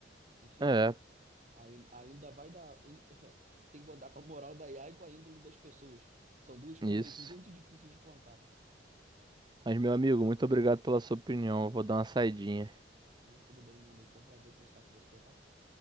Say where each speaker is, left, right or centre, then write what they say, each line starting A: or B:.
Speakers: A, on the right; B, on the right.
A: Enfim,
B: é,
A: Ai- Ainda vai dar. Tem que andar com a moral da IA e com a índole das pessoas. São duas coisas
B: isso.
A: muito difíceis de plantar.
B: Mas, meu amigo, muito obrigado pela sua opinião. Eu vou dar uma saidinha.
A: Não, tudo bem, meu amigo. Foi um prazer conversar com você, tá?